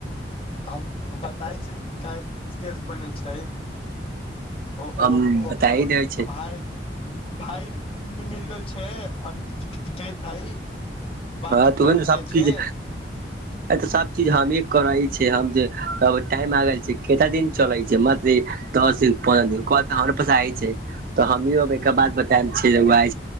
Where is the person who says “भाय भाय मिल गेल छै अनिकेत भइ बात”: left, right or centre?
Left